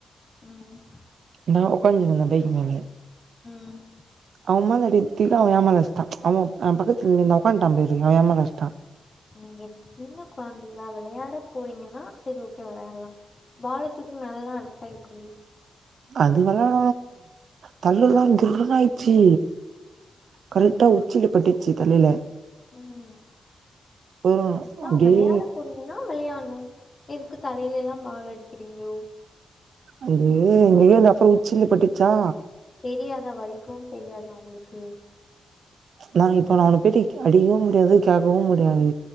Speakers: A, on the left; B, on the right.
A: ம்
B: நா உக்காந்துருந்த பைக் மேல
A: ம்
B: அவன் மேல அடிக்கீழ அவன் எ மேல அடிச்டா அ பக்கத்துல நின் உக்காந்டா அவன் எ மேல அடிச்டான்
A: நீங்க சின்ன கொழந்தைங்ளா விளையாட போறீங்கன்னா சரி ஓகே விளையாடலாம் பால தூக்கி மேலல்லா அடிச்சா எப்டி
B: அது விளாட தள்ளுல்லா கிர்ருனு ஆயிச்சு கரெக்டா உச்சில பட்டுச்சு தலையில
A: ம்
B: அப்புறோ
A: அதா
B: அப்டியே
A: விளையாட போனீங் கன்னா விளையாடணு எதுக்கு தலையில எல்லா பால் அடிக்கிறீங்களோ
B: அது இங்கயே அப்புற உச்சில பட்டுச்சா
A: தெரியாதா வலிக்கு தெரியாதா உங்களுக்கு
B: நா இப்ப ந அவன போயிட்டு அடிக்கவு முடியாது கேக்கவு முடியாது